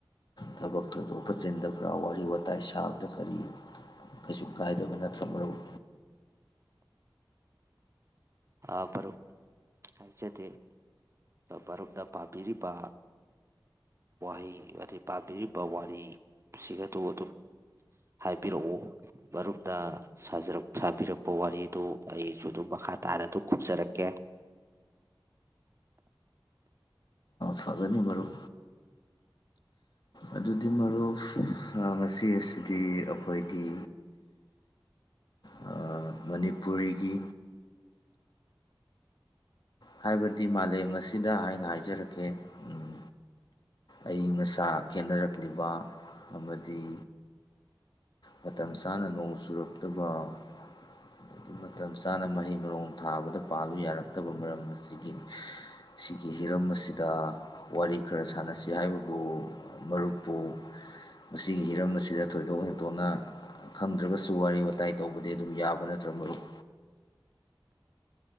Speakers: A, on the left (about 60°); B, on the right (about 35°).
A: ꯊꯕꯛ ꯊꯣꯏꯗꯣꯛꯄ ꯆꯤꯟꯗ ꯋꯥꯔꯤ ꯋꯥꯇꯥꯏ ꯁꯥꯕꯗ ꯀꯔꯤ ꯀꯩꯁꯨ ꯀꯥꯏꯗꯕ ꯅꯠꯇ꯭ꯔꯣ ꯃꯔꯨꯞ
B: ꯑ ꯃꯔꯨꯞ ꯍꯥꯅꯖꯗꯦ ꯃꯔꯨꯞꯅ ꯄꯥꯕꯤꯔꯤꯕ ꯋꯥꯍꯩ ꯍꯥꯏꯗꯤ ꯄꯥꯝꯕꯤꯔꯤꯕ ꯋꯥꯔꯤꯁꯤꯡ ꯑꯗꯨ ꯑꯗꯨꯝ ꯍꯥꯏꯕꯤꯔꯛꯎ ꯃꯔꯨꯞꯅ ꯁꯥꯕꯤꯔꯛꯄ ꯋꯥꯔꯤꯗꯨ ꯑꯩꯁꯨ ꯑꯗꯨꯝ ꯃꯈꯥ ꯇꯥꯅ ꯑꯗꯨꯝ ꯈꯨꯝꯖꯔꯛꯀꯦ
A: ꯐꯒꯅꯤ ꯃꯔꯨꯞ ꯑꯗꯨꯗꯤ ꯃꯔꯨꯞ ꯉꯁꯤ ꯑꯁꯤꯗꯤ ꯑꯩꯈꯣꯏꯒꯤ ꯑ, ꯃꯅꯤꯄꯨꯔꯤꯒꯤ ꯍꯥꯏꯕꯗꯤ ꯃꯥꯂꯦꯝ ꯑꯁꯤꯗ ꯍꯥꯏꯅ ꯍꯥꯏꯖꯔꯛꯀꯦ ꯎꯝ ꯑꯌꯪ ꯑꯁꯥ ꯈꯦꯅꯔꯛꯂꯤꯕ ꯑꯃꯗꯤ ꯃꯇꯝ ꯆꯥꯅ ꯅꯣꯡ ꯆꯨꯔꯛꯇꯕ ꯑꯗꯒꯤ ꯃꯇꯝ ꯆꯥꯅ ꯃꯍꯩ ꯃꯔꯣꯡ ꯊꯥꯕꯗ ꯄꯥꯜꯂꯨ ꯌꯥꯔꯛꯇꯕ ꯃꯔꯝ ꯑꯁꯤꯒꯤꯅꯤ ꯁꯤꯒꯤ ꯍꯤꯔꯝ ꯑꯁꯤꯗ ꯋꯥꯔꯤ ꯈꯔ ꯁꯥꯟꯅꯁꯤ ꯍꯥꯏꯕꯕꯨ ꯃꯔꯨꯞꯄꯨ ꯃꯁꯤꯒꯤ ꯍꯤꯔꯝ ꯑꯁꯤꯗ ꯊꯣꯏꯗꯣꯛ ꯅ ꯇꯣꯅ ꯈꯪꯗ꯭ꯔꯒꯁꯨ ꯋꯥꯔꯤ ꯋꯥꯇꯥꯏ ꯇꯧꯕꯗꯤ ꯑꯗꯨꯝ ꯌꯥꯕ ꯅꯠꯇ꯭ꯔ ꯃꯔꯨꯞ